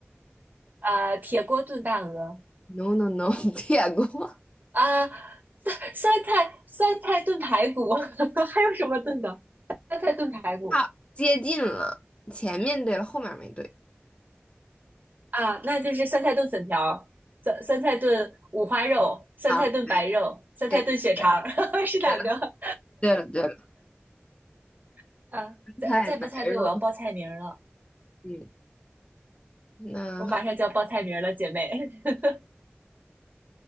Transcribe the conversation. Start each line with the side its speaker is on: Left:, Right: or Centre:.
Right: 啊，铁锅炖大鹅，
Left: no no no，<laughs> 点过，
Right: 啊，酸酸菜酸菜炖排骨，<laughs> 还有什么炖的？酸菜炖排骨。
Left: 差接近了，前面对了，后面没对
Right: 啊，那就是酸菜炖粉条酸酸菜炖五花肉，酸菜炖白肉，
Left: 啊，
Right: 酸菜炖血肠儿，
Left: 对对对
Right: <laughs> 是哪个？
Left: 对了对了对了，
Right: <laughs> 啊，再再不猜对，
Left: 菜白肉，
Right: 我要报菜名儿了，
Left: 嗯，那
Right: 我马上就要报菜名儿了，姐妹。<laughs>